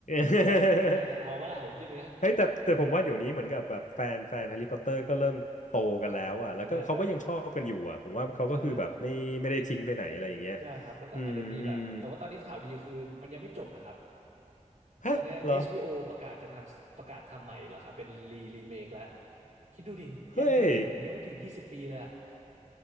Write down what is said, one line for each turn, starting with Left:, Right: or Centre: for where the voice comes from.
Left: <laughs>
Right: ใครใครจะเอาบ้าล่ะผมคิดอย่างเงี้ย
Left: เฮ้ยแต่แต่ผมว่าเดี๋ยวนี้เหมือนกับแบบแฟนแฟนแฮร์รี่พอตเตอร์ก็เริ่มโตกันแล้วอ่ะแล้วก็เขาก็ยังชอบกันอยู่อ่ะผมว่าเขาก็คือแบบไม่ไม่ได้ทิ้งไปไหนอะไรอย่างเงี้ย
Right: ใช่ครับใช่ ใช่ครับมันก็อาจจะมีแบบแต่ว่าตอนนี้ข่าวดีคือมันยังไม่จบนะครับ
Left: อืมอืมฮะเหรอ
Right: ตอนเนี้ย HBO ประกาศจะทำประกาศทำใหม่แล้วครับเป็นรีรีเมคแล้วคิดดูดิยังไม่ถึงยังไม่ถึงยี่สิบปีเลยอะ
Left: เฮ้ย
Right: <laughs>